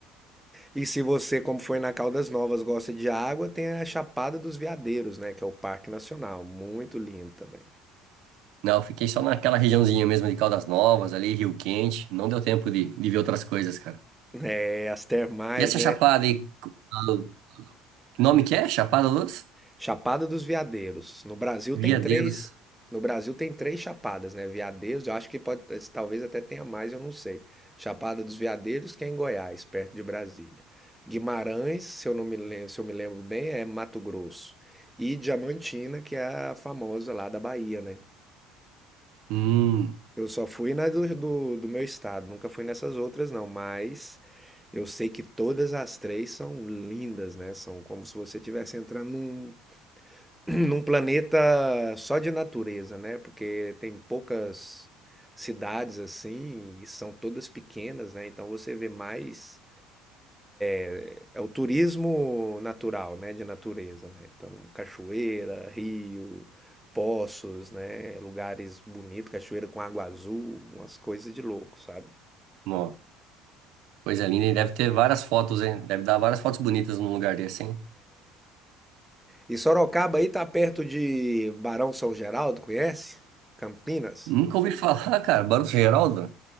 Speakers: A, in the centre; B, on the right.
A: E se você, como foi na Caldas Novas, gosta de água, tem a Chapada dos Veadeiros, né, que é o Parque Nacional, muito lindo também.
B: Não, eu fiquei só naquela regiãozinha mesmo de Caldas Novas, ali, Rio Quente. Não deu tempo de, de ver outras coisas, cara.
A: É, as termais,
B: E essa
A: né?
B: chapada aí, c- ah, que nome que é? Chapada dos
A: Chapada dos Veadeiros. No Brasil
B: Veadeiros.
A: tem três. No Brasil tem três chapadas, né? Veadeiros, eu acho que pode, eh, talvez até tenha mais, eu não sei. Chapada dos Veadeiros, que é em Goiás, perto de Brasília. Guimarães, se eu não me lembro, se eu me lembro bem, é Mato Grosso. E Diamantina, que é a famosa lá da Bahia, né?
B: Hum,
A: Eu só fui na do, do, do meu estado, nunca fui nessas outras, não, mas eu sei que todas as três são lindas, né? São como se você estivesse entrando num, num planeta só de natureza, né? Porque tem poucas cidades assim e são todas pequenas, né? Então você vê mais é é o turismo natural, né? De natureza, né? Então cachoeira, rio, poços, né? Lugares bonitos, cachoeira com água azul, umas coisas de louco, sabe?
B: ó, coisa linda. E deve ter várias fotos, hein? Deve dar várias fotos bonitas num lugar desse, hein?
A: E Sorocaba aí tá perto de Barão São Geraldo, conhece? Campinas,
B: Nunca ouvi falar, <laughs> cara. Barros Geraldo?